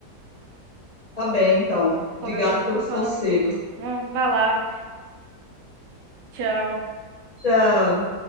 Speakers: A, on the left; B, on the right.
A: Tá bem, então. Obrigado
B: Qualquer coisa
A: pelos
B: tu fala
A: conselhos.
B: comigo. Hum, vai lá. Tchau.
A: Tchau.